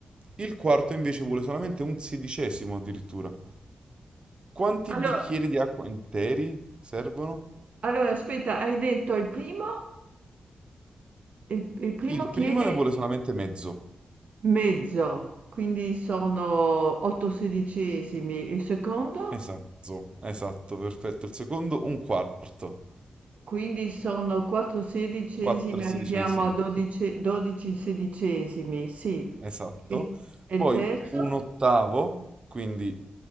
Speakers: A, on the right; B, on the right.
A: Il quarto invece vuole solamente un sedicesimo addirittura. Quanti
B: Allora,
A: bicchieri di acqua interi servono?
B: allora, aspetta, hai detto il primo? Il, il primo
A: Il
B: chiede
A: primo ne vuole solamente mezzo.
B: mezzo, quindi sono 8 sedicesimi. Il secondo?
A: Esatto, esatto, perfetto. Il secondo un quarto,
B: Quindi sono 4 sedicesimi,
A: 4 sedicesimi,
B: arriviamo a 12, 12 sedicesimi, sì.
A: esatto.
B: E, e
A: Poi
B: il terzo?
A: un ottavo, quindi